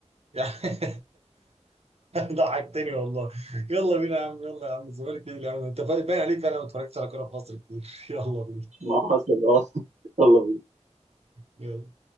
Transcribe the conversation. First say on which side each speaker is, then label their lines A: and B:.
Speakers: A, on the right (about 60°); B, on the right (about 80°).
A: يعني <laughs> ضحكتني والله يلا بينا يا عم يلا يا عم الزمالك ايه اللي عم انت باين عليك فعلا ما اتفرجتش على كورة في مصر كتير <laughs> يلا بينا
B: <laughs> ما حصل اه يلا بينا
A: يلا.